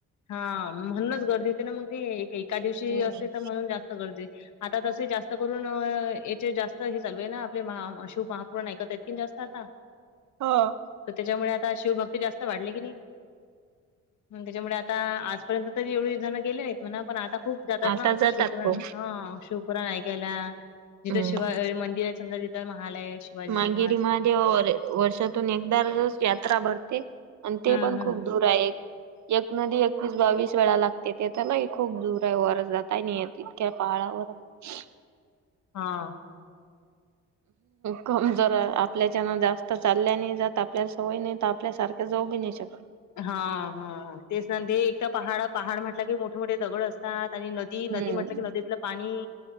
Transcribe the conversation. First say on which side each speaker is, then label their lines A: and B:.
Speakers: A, on the left; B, on the right.
A: हा म्हणूनच गर्दी होते ना मग ती एक एका दिवशी
B: हम्म
A: असते त म्हणून जास्त गर्दी. आता तसे जास्त करून याचे जास्त हे चालू आहे ना आपले महा अ शुभ महा व नाही का त्यात किन जास्त आता.
B: ह!
A: त त्याच्यामुळे आता शिवभक्ती जास्त वाढली की नही, मंग त्याच्यामुळे आता आज. पर्यंत तरी एवढी जण गेले, म्हणा पण आता खूप जातात
B: आता
A: ना
B: जातात
A: शिव पुराण
B: खूप
A: हा शिव पुराण ऐकायला जिथं
B: हम्म
A: शिवाय मंदिर आहे समजा जिथं महालय. शिवाजीचे
B: मांगेरी
A: महाल
B: महादेव वर्षातून एकदारच यात्रा भरते. आण ते
A: हम्म
B: पण खूप
A: हम्म
B: दूर आहे एक. एक नदी एकवीस बावीस वेळा लागते तेथ ना खूप दूर आहे वर जाता नाही येत इतक्या पहाडा वर <inaudible>
A: हां.
B: कमजोर आपल्याच्यान जास्त चालल्या नाही जात आपल्याला सवयी नाही आपल्यासारख जाऊ बी नाही शकत.
A: हां हां तेच न ते एक तर पहाड पहाड म्हटल की मोठे मोठे दगड असतात आणि नदी. ती
B: हम्म
A: नदी म्हटल की नदीतल पाणी